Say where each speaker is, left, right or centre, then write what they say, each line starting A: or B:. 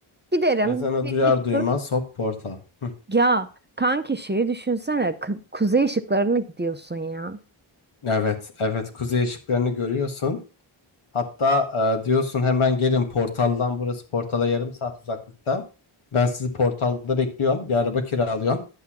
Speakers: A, on the right (about 20°); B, on the left (about 80°).
A: Giderim,
B: Ezanı
A: bir,
B: duyar
A: bir
B: duymaz
A: tur
B: hop portal. Hı.
A: ya kanki şeyi düşünsene. Ku- kuzey ışıklarına gidiyorsun ya.
B: Evet, evet kuzey ışıklarını görüyorsun. Hatta e, diyorsun hemen gelin portaldan burası portala yarım saat uzaklıkta. Ben sizi portalda bekliyorum. Bir araba kiralıyorsun.